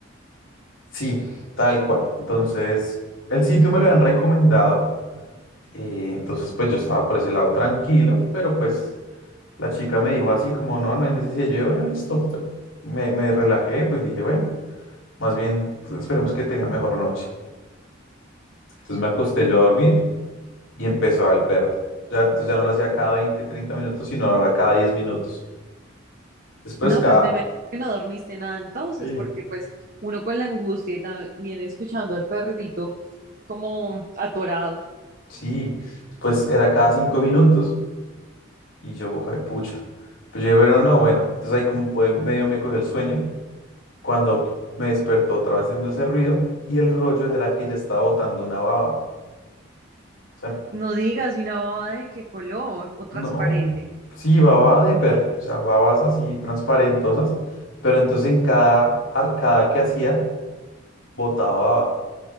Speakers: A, on the left; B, on the right.
A: Sí, tal cual. Entonces, el sitio me lo habían recomendado, eh, entonces pues yo estaba por ese lado tranquilo, pero pues la chica me dijo así como, no, no hay necesidad, yo, bueno, listo, me, me relajé, pues dije, bueno. Más bien, pues, esperemos que tenga mejor noche. Entonces me acosté yo a dormir y empezó el perro. Ya, entonces ya no lo hacía cada 20 30 minutos, sino ahora cada 10 minutos. Después
B: No,
A: cada,
B: pues me imagino que no dormiste nada entonces,
A: Sí.
B: porque pues uno con la angustia y también escuchando al perrito como atorado.
A: sí, después era cada 5 minutos. Y yo, ojo de pucha. Pero yo, bueno, no, bueno. Entonces ahí como pude, medio me cogió el sueño. Cuando me despertó otra vez haciendo ese ruido y el rollo era que ya estaba botando una baba. O sea,
B: No digas, ¿y una baba de qué color o transparente.
A: No, sí, baba de perro, o sea, babas así transparentosas, pero entonces en cada arcada que hacía, botaba baba.